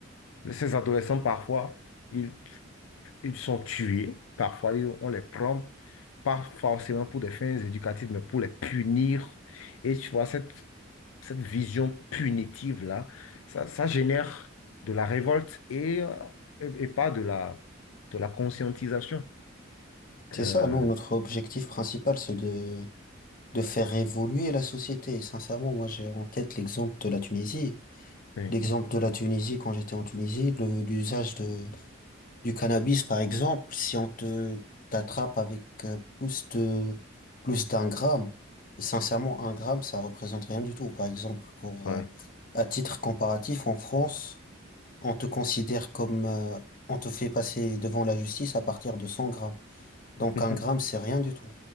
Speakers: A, on the left; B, on the left.
A: Mais ces adolescents, parfois, ils, ils sont tués. Parfois, ils- on les prend pas forcément pour des fins éducatives, mais pour les punir. Et tu vois, cette, cette vision punitive-là, ça, ça génère de la révolte et, euh, et, et pas de la, de la conscientisation. Euh,
B: C'est ça. Nous, notre objectif principal, c'est de, de faire évoluer la société. Et sincèrement, moi, j'ai en tête l'exemple de la Tunisie.
A: oui,
B: L'exemple de la Tunisie, quand j'étais en Tunisie, le- l'usage de, Du cannabis, par exemple, si on te t'attrape avec euh, plus de plus d'un gramme, et sincèrement, un gramme, ça représente rien du tout. Par exemple, pour
A: ouais.
B: euh, à titre comparatif, en France, on te considère comme euh, on te fait passer devant la justice à partir de 100 grammes. Donc
A: <laughs>
B: un gramme, c'est rien du tout.